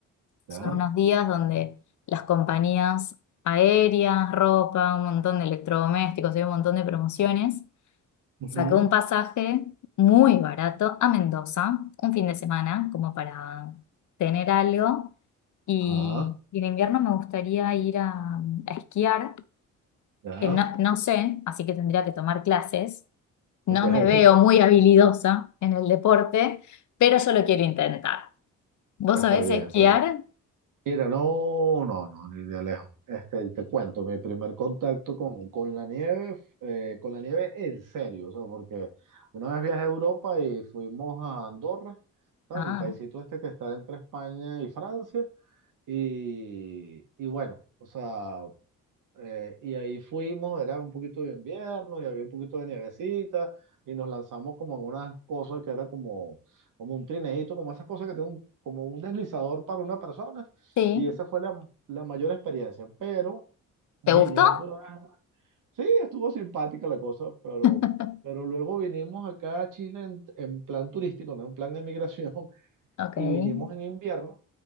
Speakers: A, on the left; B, on the right.
A: Son
B: ya.
A: unos días donde las compañías aéreas, ropa, un montón de electrodomésticos, hay un montón de promociones.
B: ujú,
A: Saqué un pasaje muy barato a Mendoza, un fin de semana, como para tener algo. Y,
B: ajá,
A: y en invierno me gustaría ir a, a esquiar,
B: ya,
A: que no, no sé, así que tendría que tomar clases. No
B: ok. <laughs>
A: me veo muy habilidosa en el deporte, pero yo lo quiero intentar. ¿Vos
B: Está
A: sabés
B: bien,
A: esquiar?
B: está bien. Mira, no, no, no, ni de lejos. Este, te cuento, mi primer contacto con, con la nieve, eh, con la nieve en serio, o sea, porque una vez viajé a Europa y fuimos a Andorra, ¿sabes?
A: Ah,
B: El paisito este que está entre España y Francia, y, y bueno, o sea, eh, y ahí fuimos, era un poquito de invierno y había un poquito de nievecita y nos lanzamos como en unas cosas que era como, como un trineíto, como esas cosas que tienen un- como un deslizador para una persona
A: sí.
B: y esa fue la, la mayor experiencia, pero <laughs> viniendo,
A: ¿Te gustó?
B: a- sí, estuvo simpática la cosa, pero,
A: <laughs>
B: pero luego vinimos acá a Chile en, en plan turístico, no en plan de migración <laughs>
A: Ok.
B: y vinimos en invierno